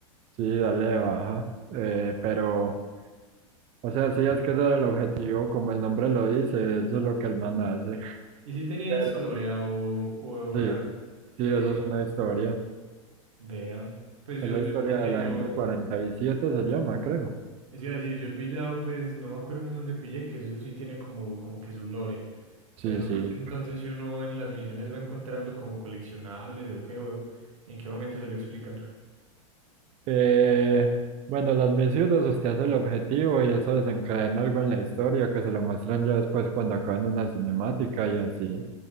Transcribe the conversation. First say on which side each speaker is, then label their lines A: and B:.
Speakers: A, on the right (about 40°); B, on the right (about 70°).
A: Sí, dale de baja. Eh, pero, o sea, sí, es que ese era el objetivo, como el nombre lo dice, eso es lo que el man hace.
B: ¿Y si tenía
A: <laughs> Pero
B: historia o, o
A: sí,
B: era... eh,
A: sí, eso es una historia.
B: vea, pues
A: Es
B: yo,
A: la
B: yo,
A: historia
B: porque
A: de la
B: yo,
A: gente 47 se llama, creo.
B: es iba a decir, yo he pillado, pues no me acuerdo en dónde pillé, que eso sí tiene como, como que su lore.
A: Sí,
B: Pero no
A: sí,
B: sé entonces si uno en las misiones va encontrando como coleccionables o qué, o en qué momento se lo explican.
A: Eh, bueno, las misiones, usted hace el objetivo y eso desencadena algo en la historia que se lo muestran ya después cuando acaban una cinemática y así.